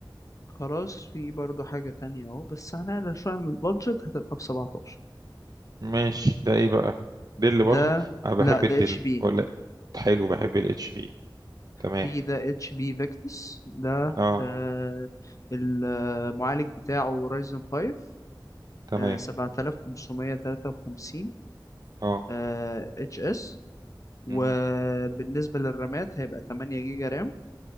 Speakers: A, on the left; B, on the right.
A: خلاص في برضه حاجة تانية اهو بس هنقلل شوية عن البادجت هتبقى ب 17
B: ماشي ده إيه بقى دل برضو
A: ده
B: أنا بحب
A: لا
B: الدل
A: ده اتش بي
B: ولا حلو بحب الاتش بي تمام
A: في ده اتش بي فيكتس ده
B: اه
A: آه، المعالج بتاعه رايزن 5
B: تمام
A: آه، 7553
B: اه
A: اتش اس وبالنسبة
B: مم.
A: للرامات هيبقى 8 جيجا رام